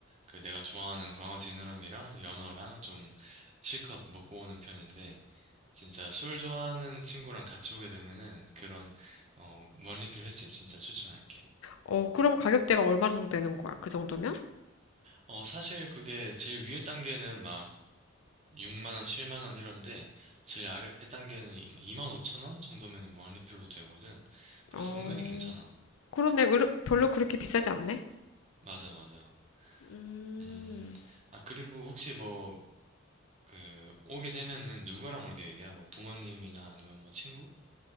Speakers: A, on the right (about 35°); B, on the left (about 80°).
A: 그 내가 좋아하는 광어 지느러미랑 연어랑 좀 실컷 먹고 오는 편인데 진짜 술 좋아하는 친구랑 같이 오게 되면은 그런 어 원리필 횟집 진짜 추천할게.
B: 어, 그럼 가격대가 얼마 정도 되는 거야? 그 정도면?
A: 어 사실 그게 제일 위에 단계는 막 6만 원, 7만 원 이런데 제일 아래 단계는 2만 5천 원 정도면은 무한리필로 되거든. 그래서
B: 어,
A: 은근히 괜찮아.
B: 그런데 별로 그렇게 비싸지 않네.
A: 맞아, 맞아.
B: 음,
A: 음, 아 그리고 혹시 뭐 그 오게 되면은 누구랑 올게 얘기야? 뭐 부모님이나 아니면 뭐 친구?